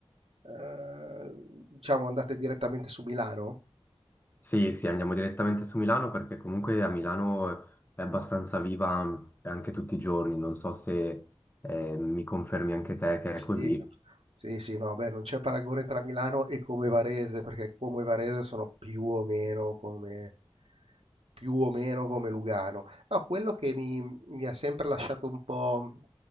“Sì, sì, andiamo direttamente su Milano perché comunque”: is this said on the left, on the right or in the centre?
Left